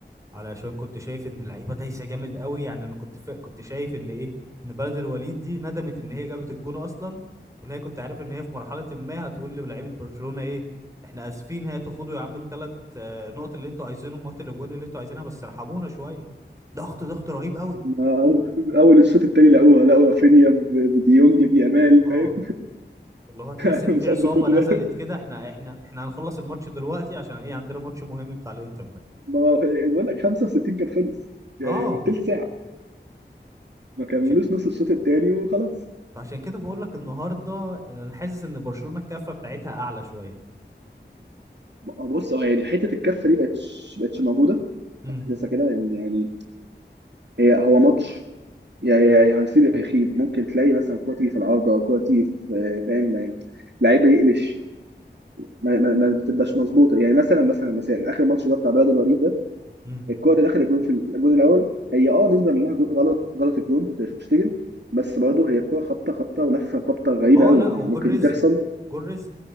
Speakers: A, on the right; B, on the right.
A: علشان كنت شايف ان اللعيبه دايسه جامد قوي يعني انا كنت فا... كنت شايف ان ايه ان بلد الوليد دي ندمت ان هي جابت الجون اصلا واللي هي كنت عارف ان هي في مرحله ما هتقول للاعيبه برشلونه ايه احنا اسفين هاتوا خدوا يا عم الثلاث نقط اللي انتوا عايزينهم وهاتوا الاجوان اللي انتوا عايزينها بس ارحمونا شويه ضغط ضغط رهيب قوي
B: ما اول اول الشوط التاني لقوها لقوا رافينيا ب- بديونج بيامال
A: اه
B: فاهم
A: اللي هو تحس
B: <laughs>
A: ان في
B: مش قد
A: عصابه
B: كل
A: نزلت
B: ده
A: كده احنا احنا احنا هنخلص الماتش دلوقتي عشان ايه عندنا ماتش مهم بتاع الانتر ده
B: ما بقول لك 65 كان خلص يعني
A: اه
B: تلت ساعه ما كملوش
A: عشان
B: نص الشوط التاني وخلاص
A: فعشان كده بقول لك النهارده انا حاسس ان برشلونة الكفة بتاعتها اعلى شوية
B: آه، بص اه يعني حته الكفه دي بقتش بقتش موجوده
A: امم
B: حاسسها كده ان يعني هي هو ماتش يا يا يا هيصيب يا يخيب ممكن تلاقي مثلا كوره تيجي في العارضه كوره تيجي في آه، فاهم يعني لعيبه يقلش ما, ما, ما بتبقاش مظبوطه يعني مثلا مثلا مثلا اخر ماتش ده بتاع بلد الوليد ده
A: امم
B: الكوره اللي دخل الجون في الجون الاول هي اه نسبه منها جون غلط غلط الجون تشتجن بس برضه هي الكوره خبطه خبطه ولفه خبطه غريبه
A: اه
B: قوي
A: لا هو
B: يعني
A: جول
B: ممكن
A: رزق
B: دي تحصل
A: جول رزق